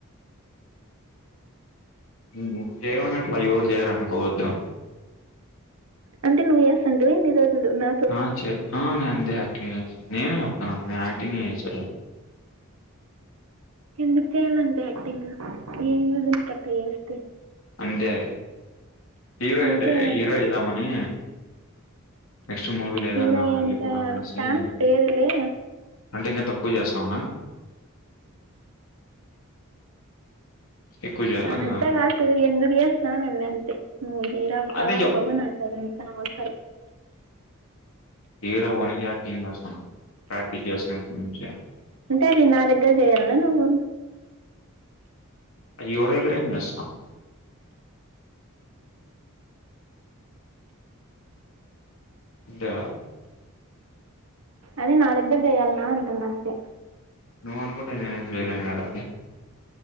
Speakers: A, on the left (about 70°); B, on the right (about 80°).
A: నువ్వు చేయవని అట్ల ఎవరు చేయర అనుకోవద్దు
B: అంటే నువ్వు <unintelligible> ఇన్ని రోజులు నా
A: ఆ నేను అంతే యాక్టింగ్ చేసాను నేనే చెప్తాను నేను యాక్టింగ్ చేసాను
B: ఎందుకు చేయాల అంత యాక్టింగ్ ఏం యూస్ అట్ల చేస్తే
A: అంతే హీరో
B: అంతేదంటే
A: హీరో అయిదం అని నెక్స్ట్ మూవీ లో ఏదైన
B: హీరో అయ్యేంత
A: వెళ్ళిపోదాం అనేసి
B: ఛాన్స్ లేదులే
A: అంటే ఇంక తక్కువ చేస్త <unintelligible> ఎక్కువ చేయాలన్నా
B: <unintelligible> కాదు అసలు ఎందుకు చేస్తున్నావ్ అన్న అంతే నువ్వు హీరో అవుతావ
A: అదే
B: <unintelligible> నాకు అధి అంతా అనవసరం
A: హరో అవనికి యాక్టింగ్ చేస్తాను ప్రాక్టీస్ చేస్తున ఇప్పడు నుంచే
B: అంటే అది నా దగ్గర చేయాలన్న నువ్వు
A: అది ఎవరి దగ్గరైన చేస్త అంటే
B: అది నా దగ్గర చేయాలన్న అంటున్న అంతే
A: నువ్వు అనుకుంటే నేనేం చేయలేను కద అది